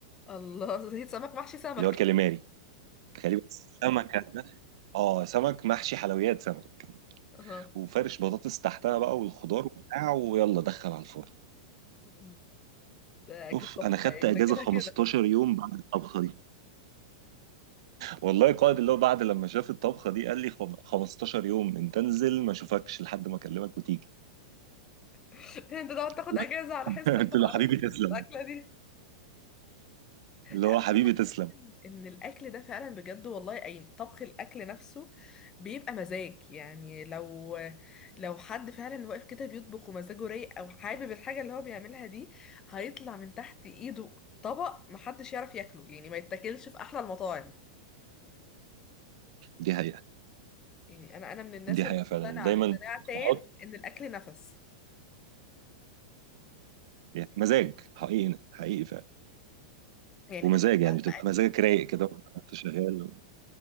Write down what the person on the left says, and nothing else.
الله <laughs> زيت سمك محشي سمك
اه
م، ده اكيد
تحفة
يعني
ده كده
كده
<laughs> انت تقعد
تاخد اجازة على حس
على
حس
الاكلة دي
لا
بس انا بحس
ان إن الاكل ده فعلا بجد والله اي طبخ الاكل نفسه بيبقى مزاج يعني لو لو حد فعلا واقف كده بيطبخ ومزاجه رايق او حابب الحاجه اللي هو بيعملها دي هيطلع من تحت ايده طبق محدش يعرف ياكله يعني ما يتاكلش في احلى المطاعم
يعني انا انا من الناس
اللي
مقتنعه
اقتناع تام
ان الاكل نفس
يعني
فكره
بقى
المقادير